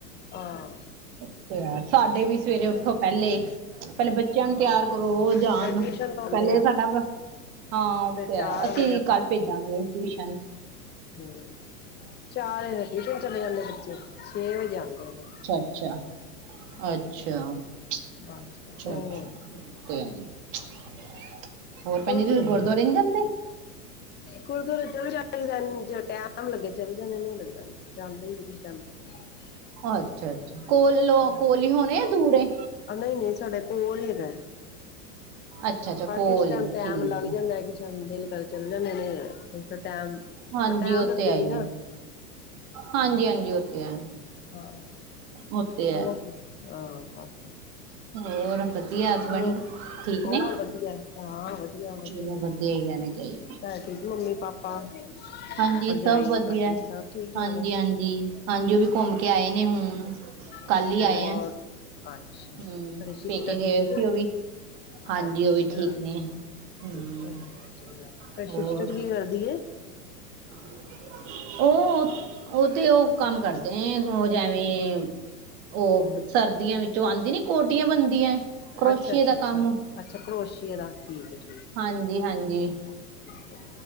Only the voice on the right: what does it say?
ਅੱਛੇ, ਸਾਡੇ ਵੀ ਸਵੇਰੇ ਉੱਠੋ ਪਹਿਲੇ ਪਹਿਲੇ ਬੱਚਿਆਂ ਨੂੰ
ਤਿਆਰ ਕਰੋ, ਉਹ ਜਾਣ
ਪਹਿਲੇ
ਸਾਡਾ ਹਾਂ ਉ ਤੇ
ਹੈ ਅਸੀਂ
ਕੱਲ੍ਹ ਭੇਜਾਂਗੇ ਟਿਊਸ਼ਨ।
ਅੱਛਾ-ਅੱਛਾ। ਅੱਛਾ, ਅੱਛਾ,
ਅੱਛਾ
<inaudible> ਹੋਰ ਭੈਣ
ਜੀ ਤੁਸੀ
ਗੁਰਦੁਆਰੇ
ਨੀ ਜਾਂਦੇ?
ਅੱਛਾ-ਅੱਛਾ
ਕੋਲ
ਕੋਲੀ ਹੀ ਹੋਣੇ ਆ ਦੂਰ ਏ?
ਅੱਛਾ ਅੱਛਾ
ਕੋਲ
ਏ
ਠੀਕ
ਹੈ
ਹਾਂਜੀ
ਉਹ
ਤੇ ਹੈ
ਹੈ ਹਾਂਜੀ
ਹਾਂਜੀ ਉਹ ਤੇ ਹੈ
ਉਹ ਤੇ ਹੈ
ਹੋਰ ਵਧੀਆ ਹਸਬੈਂਡ
ਠੀਕ ਨੇ
ਚਲੋ
ਵਧੀਆ ਹੀ ਰਹਿਣਾ ਚਾਹੀਦਾ
ਹਾਂਜੀ
ਸਭ ਵਧੀਆ
ਹਾਂਜੀ,
ਹਾਂਜੀ,
ਹਾਂਜੀ,
ਉਹ ਵੀ ਘੁੰਮ ਕੇ ਆਏ ਨੇ ਹੁਣ। ਕੱਲ
ਹੀ ਆਏ
ਹੈ
ਹਮ
ਪੇਕੇ ਗਏ
ਸੀ
ਉਹ ਵੀ ਹਾਂਜੀ
ਉਹ ਵੀ ਠੀਕ ਨੇ ਹਮ
ਹੋਰ
<unintelligible> ਉਹ ਉਹ ਤੇ ਉਹ ਕੰਮ ਕਰਦੇ ਆ ਉਹ ਜਿਵੇਂ ਉਹ ਸਰਦੀਆਂ ਵਿੱਚੋਂ ਆਉਂਦੀ ਨੀ ਕੋਟੀਆਂ ਬਣਦੀਆਂ ਕਰੋਸ਼ੀਏ
ਦਾ
ਕੰਮ
ਹਾਂਜੀ ਹਾਂਜੀ